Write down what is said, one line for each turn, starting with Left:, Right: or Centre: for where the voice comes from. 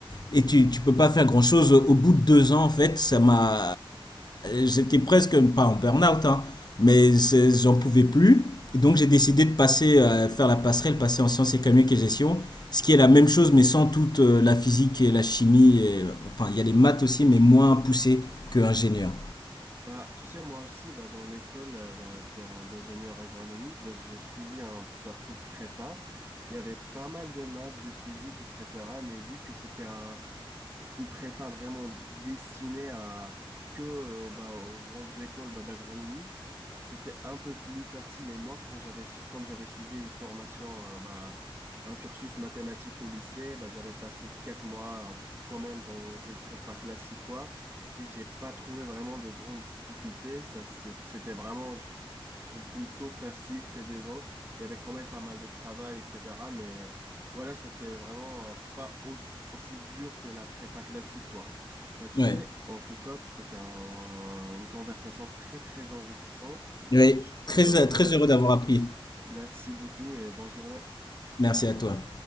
Left: et tu, tu peux pas faire grand-chose. Au bout de deux ans, en fait, ça m'a. J'étais presque, pas en burn-out, hein, mais c'est- j'en pouvais plus. Et donc j'ai décidé de passer, euh, faire la passerelle, passer en sciences économiques et gestion, ce qui est la même chose, mais sans toute euh, la physique et la chimie. et- enfin, il y a les maths aussi, mais moins poussées que ingénieur.
Right: Bah, tu sais, moi aussi, bah, dans l'école euh, bah, d'un- d'ingénieur agronomique, bah, j'ai suivi un parcours prépa. Il y avait pas mal de maths, de physique, etc. Mais vu que c'était un, une prépa vraiment destinée à, que euh, bah, aux grandes écoles bah, d'agronomie, c'était un peu plus facile. Et moi, quand j'avais, su- comme j'avais suivi une formation, euh, bah, un cursus mathématique au lycée, bah, j'avais passé quatre mois euh, quand même dans une prépa classique, quoi. Et j'ai pas trouvé vraiment de grandes difficultés. Ça, c'est- c'était vraiment, je, je trouve, plutôt facile ces deux ans. Il y avait quand même pas mal de travail, etc. Mais voilà, c'était vraiment euh, pas aussi, aussi dur que la prépa classique, quoi. Bah, tu
Left: Ouais.
Right: sais, en tout cas, c'était un- une conversation très, très enrichissante.
Left: Ouais.
Right: Je
Left: Très,
Right: te remercie.
Left: très heureux d'avoir appris.
Right: Merci beaucoup et bonne journée.
Left: Merci à toi.